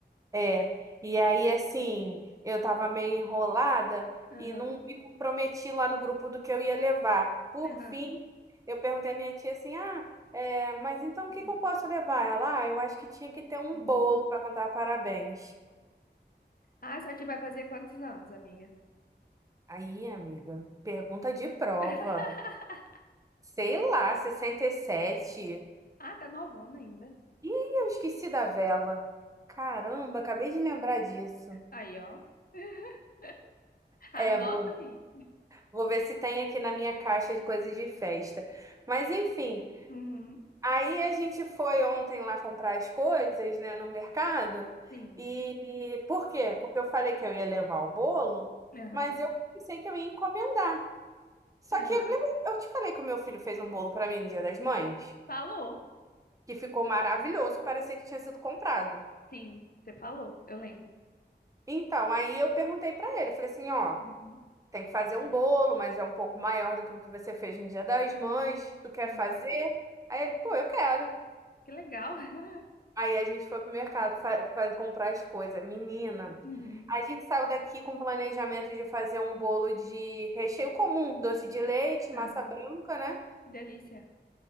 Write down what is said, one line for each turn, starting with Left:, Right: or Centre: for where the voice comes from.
Right: É, e aí, assim, eu tava meio enrolada
Left: Aham,
Right: e não me comprometi lá no grupo do que eu ia levar. Por
Left: aham.
Right: fim, eu perguntei à minha tia assim: ah, é, mas então
Left: Hum,
Right: o que que eu posso levar? Ela, ah, eu acho que tinha que ter um
Left: uhum.
Right: bolo pra contar parabéns.
Left: Ah, só te vai fazer quantos anos, amiga?
Right: Aí, amiga, pergunta de prova.
Left: <laughs>
Right: Sei lá, 67.
Left: Ah, tá novona ainda.
Right: Ih, eu esqueci da vela. Caramba, acabei de lembrar disso.
Left: Aí, ó. <laughs> Anota
Right: É, vou,
Left: aí.
Right: vou ver se tem aqui na minha caixa de coisas de festa. Mas enfim,
Left: Uhum,
Right: aí a gente foi ontem lá comprar as coisas, né, no mercado.
Left: sim.
Right: E, e por quê? Porque eu falei que eu ia levar o bolo,
Left: Aham.
Right: mas eu pensei que eu ia encomendar. Só
Left: aham.
Right: que lembra- eu te falei que o meu filho fez um bolo pra mim no Dia das Mães?
Left: Falou.
Right: que ficou maravilhoso, que parecia que tinha sido comprado.
Left: Sim, você falou, eu lembro.
Right: Então, aí eu perguntei pra ele, falei assim, ó,
Left: Uhum.
Right: tem que fazer um bolo, mas é um pouco maior do que o que você fez no Dia das Mães, tu quer
Left: aham.
Right: fazer? Aí ele, pô, eu quero.
Left: Que legal. <laughs>
Right: Aí a gente foi pro mercado fa- fa- comprar as coisas. Menina,
Left: Uhum.
Right: a gente saiu daqui com o planejamento de fazer um bolo de recheio comum, doce de leite,
Left: aham.
Right: massa branca, né?
Left: Que delícia.